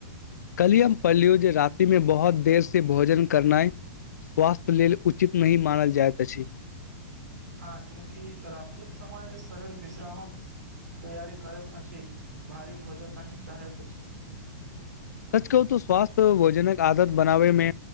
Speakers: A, on the left; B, on the right.
A: कलियम पलियौजे राति में बहुत देर से भोजन करनाइ स्वास्थ्य लेल उचित नहि मानल जाइत अछि
B: हँ क्यूंकि रात्रिक समय शरीर विश्रामक तैयारी करैत अछि भारी भोजन नहि चाहैत अछि
A: सच कहू तो स्वासथ्य भोजनक आदत बनाबेमे